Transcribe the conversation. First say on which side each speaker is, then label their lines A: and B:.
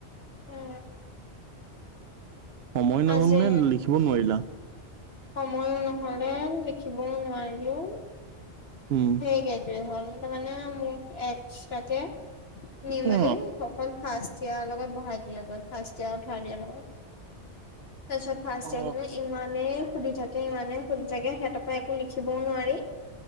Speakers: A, on the left; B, on the right.
A: উম
B: সময় নহ'ল
A: আজি
B: নে লিখিব নোৱাৰিলা
A: সময়ো নহ'লে লিখিবও নোৱাৰিলোঁ
B: উম
A: একে একে হল তাৰমানে মোক এক্সট্ৰাকে নি মেলি
B: অ
A: হল ফাৰ্ষ্ট টিয়াৰ লগত বহাই দিলে গৈ ফাৰ্ষ্ট টিয়াৰ থাৰ্ড টিয়াৰ লগত তাৰপিছত ফাৰ্ষ্ট
B: অ
A: টিয়েৰ ইমানে সুধি থাকে ইমানেই সুধি থাকে সিহঁতৰ পৰা একো লিখিবও নোৱাৰি